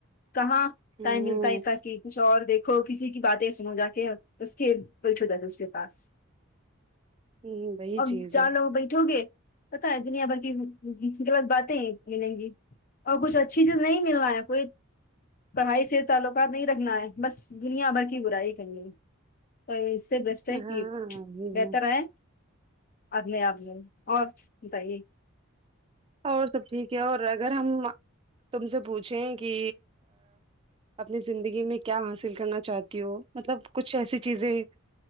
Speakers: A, on the left (about 40°); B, on the right (about 25°).
A: کہاں
B: ہوں
A: ٹایم جی تھا کہ کچھ اور دیکھو کسی کی باتیں سنو جا کے اس کے بیٹھ ہوتا تھا اس کے پاس
B: ہوں وہی
A: اب
B: چیز
A: جان
B: ہے
A: لوگ بیٹھو گے پتا ہے دنیا بھر کے غلت باتیں ہی ملیں گی اور کچھ اچھی سے نہیں مل رہا ہے کوئی پڑھائی سے تعلقات نہیں رکھنا ہے بس دنیا بھر کی برائی کرنی تو اس سے بیسٹ ہے کہ
B: ہاں یہ
A: بہتر ہے آدنے آدنے اور بتائیے
B: اور سب ٹھیک ہے اور اگر ہم تم سے پوچھیں کہ اپنی زندگی میں کیا حاصل کرنا چاہتی ہو مطلب کچھ ایسی چیزیں